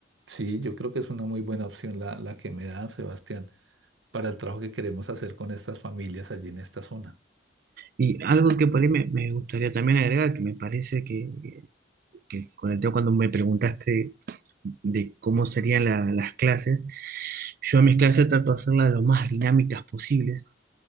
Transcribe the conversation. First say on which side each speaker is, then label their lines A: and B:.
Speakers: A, on the right; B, on the right.
A: Sí, yo creo que es una muy buena opción la, la que me da Sebastián para el trabajo que queremos hacer con estas familias allí en esta zona.
B: Y algo que por ahí me, me gustaría también agregar, que me parece que, que con el tema cuando me preguntaste de cómo serían la- las clases, yo a mis clases trato de hacerlas lo más dinámicas posibles.